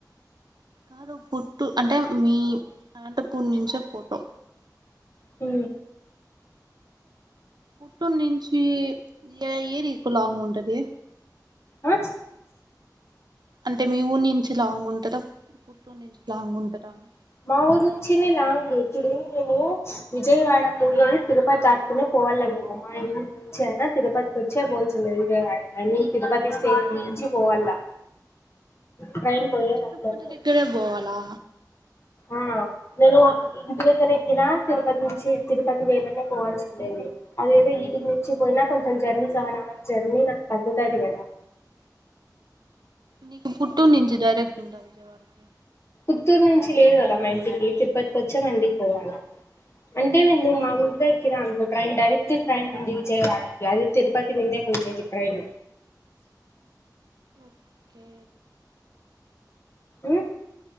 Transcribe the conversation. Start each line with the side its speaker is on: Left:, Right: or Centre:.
Right: కారు పుట్టు అంటే మీ ఆంట పూడి నుంచే ఫోటో
Left: హ
Right: కుట్టం నుంచి ఏ ఏరికు లో అంగ్ ఉంటది
Left: ఆ
Right: అంటే మీ ఊరి నుంచి లాంగ్ ఉంటారా పుట్ నుంచి లాంగ్ ఉంటందా అని
Left: మా ఊరు నుంచినే లాంగ్ ఇప్పుడు మేము విజయవాడ పోయది తిరుపతి దాటుకునే పోవాల మేము మా ఊరు నుంచిే అనా తిరుపతికి వచ్చే పోల్ విజయవాడ కా తిరుపతి స్టేషన్ నుంచి పోవాల ట్రైన్ పోయేది అట్లనే
Right: చప్పటి దగ్గరే పోవాలా
Left: ఆ నేను ఇంటి దగ్గర ఎక్కిన తిరుపతి నుంచి తిరుపతి వేళనే పోవల్సి ఉండేది అదేదో నేను నుంచి పోయినా కొంచెం జర్నీ సెవెన్ అవర్స్ జర్నీ నాకు తగ్గుతుంది కదా
Right: నీకు కుట్టుర్ నుంచి డైరెక్ట్ ఉంటా విజయవాడకి
Left: చిత్తూరు నుంచి లేదు కదా మా ఇంటికి తిరుపతికి వచ్చే మా ఇంటికి పోవాల అంటే నిను మా ఊరులో ఎక్కి నా అనుకో ట్రైన్ డైరెక్ట్ ట్రైన్ ఉంది విజయవాడకి అది తిరుపతి మిందే పోయేది ట్రైన్
Right: ఓకే
Left: ఉమ్